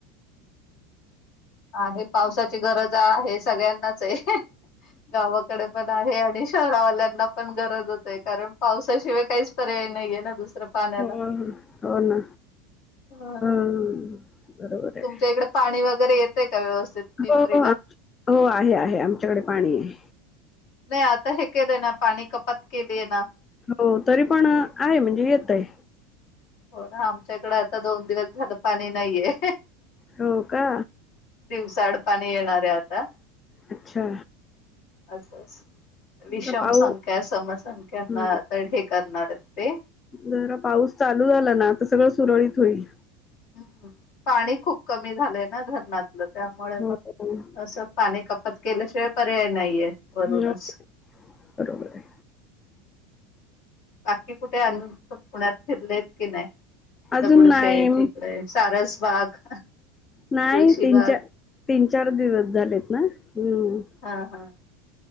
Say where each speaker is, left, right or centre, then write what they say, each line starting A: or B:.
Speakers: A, on the left (about 70°); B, on the left (about 30°).
A: हा हे पावसाची गरज आहे सगळ्यांनाच आहे गाव. डे पण आहे आणि शहरावाल्यांना पण गरजच आहे कारण पावसाशिवाय काहीच पर्याय नाहीे ना दुसरं. पाण्याला
B: हो हो ना
A: ह
B: हा बरोबर आहे.
A: तुमच्या इकडे पाणी वगैरे येतय का व्यवस्थित. पिंपरीला
B: हो हो आहे आहे आमच्याकडे पाणी आहे.
A: नाही आता हे केलंय ना पाणी कपात केलीय ना.
B: हो तरी पण आहे म्हणजे येत आहे.
A: हो ना आमच्याकडे आता दोन दिवस झालं पाणी नाहीये.
B: होका.
A: दिवसाड पाणी येणार आहे आता.
B: अच्छा!
A: असच विषम
B: जरा पाऊस
A: संंख्या समसंख्याना
B: हं,
A: तरढ हे करणार आहेत ते.
B: जरा पाऊस चालू झाला ना तर सगळं सुरळीत होईल.
A: हम् पाणी खूप कमी झालंय ना धरणतलं. त्यामुळे
B: हो
A: मग
B: हो.
A: असं पाणी कपात केल्याशिवाय पर्याय नाहीये वरूनच.
B: हो बरोबर आहे.
A: बाकी कुठे अन पुण्यात फिरलेत की नाही.
B: अजून
A: दगडू
B: नाही
A: शही इकडे सारसबाग.
B: नाही
A: तुळशीबाग
B: तीन-चार, तीन-चार दिवस झालेत ना हम्.
A: हा हां.